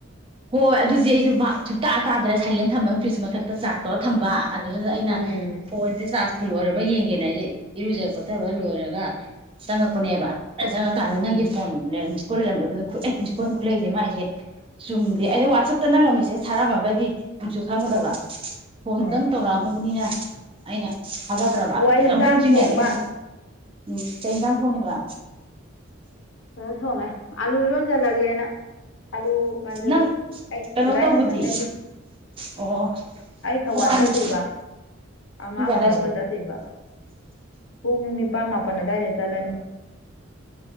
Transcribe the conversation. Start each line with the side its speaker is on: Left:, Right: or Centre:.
Right: ꯍꯣꯏ ꯑꯗꯨꯗꯤ ꯑꯩꯗ ꯁꯨꯛꯇꯇꯥ ꯇꯥꯗꯅ ꯁꯥꯏꯂꯦꯟ ꯊꯝꯕ ꯐ꯭ꯔꯤꯖ ꯃꯊꯛꯇ ꯆꯥꯛ ꯇꯧꯔ ꯊꯝꯕ ꯑꯗꯨꯗꯨꯗ ꯑꯩꯅ
Left: ꯎꯝ
Right: ꯐꯣꯟꯁꯦ ꯆꯥꯔꯖ ꯐꯨꯜ ꯑꯣꯏꯔꯕ ꯌꯦꯡ <unintelligible> ꯍꯥꯏꯁꯦ ꯏꯔꯨꯖ ꯈꯣꯊꯕ ꯂꯣꯏꯔꯒ ꯆꯪꯉꯛꯄꯅꯦꯕ ꯆꯪꯉꯛꯀꯥꯟꯗ
Left: ꯎꯝ
Right: ꯅꯪꯒꯤ ꯐꯣꯟ ꯂꯩꯔꯝꯕ ꯁ꯭ꯀꯣꯜ ꯂꯩꯔꯝꯕꯗꯨꯗ ꯈꯨꯑ ꯄꯣꯏ ꯈꯨꯠꯂꯛꯁꯦ ꯃꯥꯏꯁꯦ ꯆꯨꯝꯗ ꯑꯩꯅ ꯋꯥꯠꯆꯞꯇ ꯅꯪꯅ ꯃꯦꯁꯦꯁ ꯊꯥꯔꯛꯑꯝꯃꯒꯗꯤ ꯅꯨꯛꯁꯨ ꯈꯪꯒꯗꯕ ꯐꯣꯟꯗꯪ
Left: ꯍꯣꯏ
Right: ꯇꯧꯔꯛꯑꯝꯃꯕꯅꯤꯅ ꯑꯩꯅ ꯊꯥꯖꯗ꯭ꯔꯕ
Left: ꯑꯣ ꯑꯩꯁꯦ
Right: ꯑꯗ ꯑꯃꯨꯁꯨ
Left: ꯆꯥꯛ
Right: ꯑꯃꯨꯛ ꯆꯤꯡꯉꯒꯦ
Left: ꯊꯣꯡꯕ
Right: ꯃꯣꯏ ꯎꯝ ꯀꯩ ꯏꯟꯖꯥꯡ ꯊꯣꯡꯉꯤꯕ
Left: ꯈꯔ ꯊꯣꯡꯉꯦ ꯑꯥꯂꯨ ꯏꯔꯣꯟꯖꯜꯂꯒꯦꯅ ꯍꯜꯂꯨ ꯉꯥꯟꯁꯤꯜꯂꯦ
Right: ꯅꯪ
Left: ꯑꯩ
Right: ꯀꯩꯅꯣ
Left: ꯔꯥꯏ
Right: ꯇꯧꯕꯗꯤ
Left: ꯃꯊꯟꯗꯒꯤ
Right: ꯑꯣ
Left: ꯑꯩ ꯊꯧꯕꯥꯜ
Right: ꯊꯧꯕꯥꯜꯒꯤ
Left: ꯆꯠꯇꯣꯏꯕ ꯑꯉꯥꯡ
Right: ꯄꯨꯡ ꯀꯌꯥ ꯑꯗꯥꯏ
Left: ꯎꯅꯕ ꯆꯠꯇꯣꯏꯕ ꯎꯝꯅꯤꯄꯥꯜ ꯃꯥꯄꯅ ꯗꯥꯏꯔ ꯆꯂꯅꯤ